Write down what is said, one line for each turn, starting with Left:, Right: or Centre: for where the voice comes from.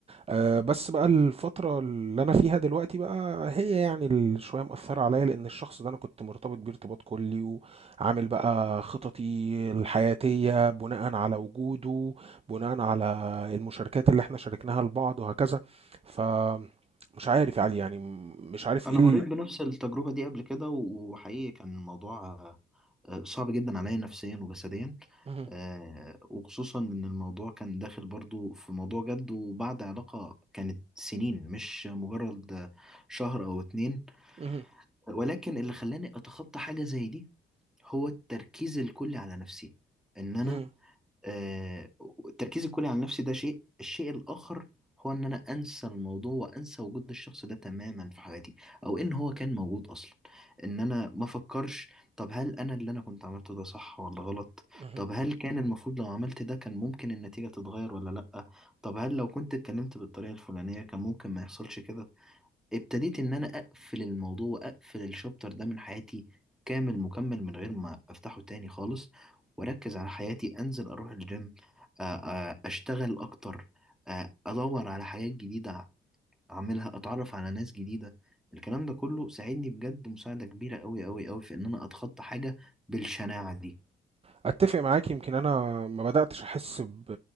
Right: أه بس بقى الفترة اللي أنا فيها دلوقتي بقى هي يعني ال- شوية مأثرة عليا لأن الشخص ده أنا كنت مرتبط بيه ارتباط كلي وعامل بقى خططي الحياتية بناء على وجوده بناء على المشاركات اللي احنا شاركناها لبعض وهكذا فمش عارف يا علي يعني م- مش عارف
Centre: انا
Right: ايه ال...
Centre: مريت بنفس التجربة دي قبل كده وحقيقي كان الموضوع آه، آه، صعب جدا عليا نفسيا وجسديا
Right: مهم.
Centre: آه، وخصوصا ان الموضوع كان داخل برضو في موضوع جد وبعد علاقة كانت سنين مش مجرد آه، شهر او اتنين
Right: مهم.
Centre: ولكن اللي خلاني اتخطى حاجه زي دي هو التركيز الكلي على نفسي ان انا
Right: مهم.
Centre: آه، التركيز الكلي على نفسي ده شيء الشيء الاخر هو ان انا انسى الموضوع وانسى وجود الشخص ده تماما في حياتي او ان هو كان موجود اصلا ان انا ما افكرش طب هل انا اللي انا كنت عملته ده صح ولا غلط
Right: مهم.
Centre: طب هل كان المفروض لو عملت ده كان ممكن النتيجه تتغير ولا لا طب هل لو كنت اتكلمت بالطريقه الفلانيه كان ممكن ما يحصلش كده ابتديت ان انا اقفل الموضوع واقفل الشابتر ده من حياتي كامل مكمل من غير ما افتحه تاني خالص واركز على حياتي انزل اروح الجيم آ- آ- اشتغل اكتر آ، ادور على حاجات جديدة اعملها اتعرف على ناس جديدة الكلام ده كله ساعدني بجد مساعدة كبيرة قوي قوي قوي في ان انا اتخطى حاجة بالشناعة دي
Right: اتفق معاك يمكن انا ما بداتش احس ب